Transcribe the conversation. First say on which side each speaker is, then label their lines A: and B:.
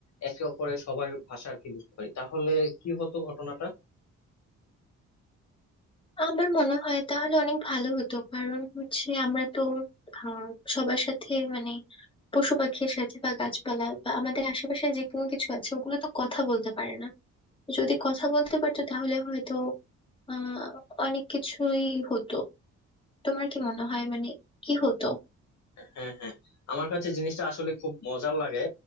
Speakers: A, on the left (about 65°); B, on the left (about 15°).
A: একে অপরের সবার ভাষা আর কি বুঝতে পারি তাহলে কি হতো ঘটনাটা
B: আমার মনে হয় তাহলে অনেক ভালো হতো কারণ হচ্ছে আমরা তো আহ সবার সাথে মানে পশু পাখির সাথে বা গাছপালা বা আমাদের আশেপাশে যে কোনো কিছু আছে ওগুলো তো কথা বলতে পারে না যদি কথা বলতে পারতো তাহলে হয়তো আহ অনেক কিছুই হতো তোমার কি মনে হয় মানে কি হতো
A: হ্যাঁ হ্যাঁ আমার কাছে জিনিসটা আসলে খুব মজার লাগে